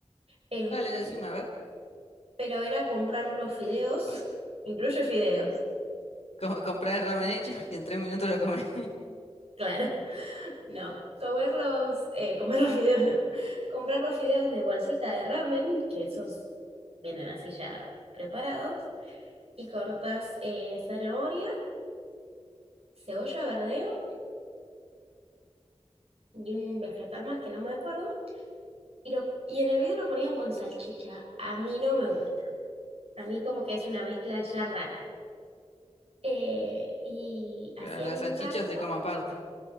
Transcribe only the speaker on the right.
Em,
pero era comprar los fideos, <laughs> incluye fideos,
claro, <laughs> no. Comerlos, eh, comer los fideos no. <laughs> Comprar los fideos de bolsita de ramen, que esos vienen así ya preparados, y cortas eh, zanahoria, cebolla verdeo y un vegetal más que no me acuerdo. Y, lo, y en el video lo ponían con salchicha. A mí no me gusta. A mí como que es una mezcla ya rara. Eh, y hacían
un
caldo,